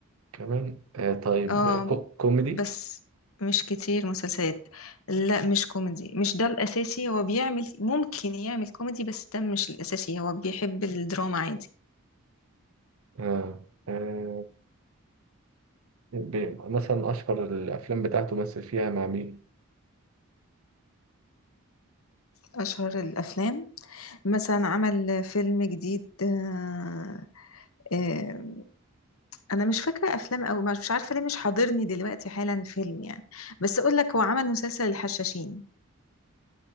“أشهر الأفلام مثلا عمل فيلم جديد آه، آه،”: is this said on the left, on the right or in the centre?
Left